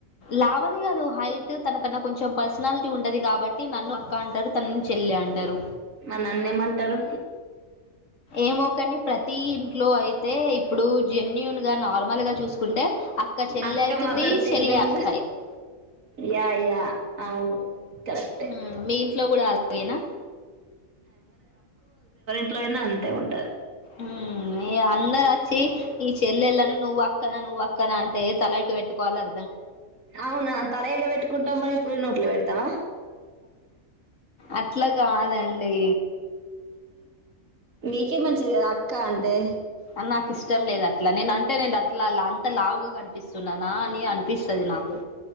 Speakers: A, on the left; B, on the right.
A: లావలే కాదు హైట్ తనకన్నా కొంచం పర్సనాలిటీ ఉండది కాబట్టి నన్ను అక్క అన్ టరు తనని చెల్లె అంటరు.
B: మా నన్నేమంటారు
A: ఏమో కని ప్రతి ఇంట్లో అయి తే ఇప్పుడు జెన్యూన్గా నార్మల్గా చూస్కుంటే అక్క చెల్లె
B: అక్క
A: అయితుంది
B: మాతో చిన్నగుంటది
A: చెల్లె అక్క అయితుంది
B: యా యా అవును కరె
A: మ్ మీ ఇంట్లో గుడా అలాగేనా
B: ఇంట్లో అయినా అంతే ఉంటది.
A: మ్ ఇగ అందరచ్చి ఈ చెల్లెళ్ళను నువ్వు అక్కన నువ్వు అక్కన అంటే తల ఎటు పెట్టుకోవాలో అ
B: అవునా తల ఏడ పెట్టుకుంటవ్ మరి పులి నోట్ల పెడ్తవ.
A: అట్ల కాదండి.
B: నీకే మంచిది కదా అక్కా అంటే
A: అన్ నాక్ ఇష్టం లేద్ అట్లా నేన్ అంటే నేను అట్లా అంత లావుగా కనిపిస్తున్ననా అని అనిపిస్తది నాకు